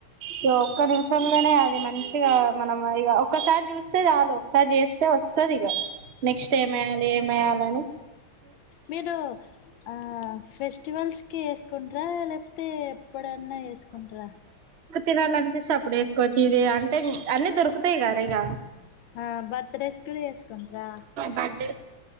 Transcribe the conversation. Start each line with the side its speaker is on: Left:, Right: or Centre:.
Right: సో ఒక్క నిమిషంలోనే అది మంచిగా మనం ఇక ఒకక్కసారి చూస్తే చాలు ఒకసారి చేస్తే వస్తుంది ఇక నెక్స్ట్ ఏమి వెయ్యాలి ఏమి వేయాలిని
Left: మ ఆ ఫెస్ రేస్టివల్స్ కి వేసుకుంటార లేకపోతే ఎప్పుడ ఉన్నా వేసుకుంట్రా
Right: తినాలినిపిస్తే అప్పుడు వేసుకోవచ్చు ఇద అంటే అన్నీ దొరుకుతాయి గారు ఇక
Left: ఆ బర్త్డేస్ కూడా చేసుకుంటారా
Right: బడేస్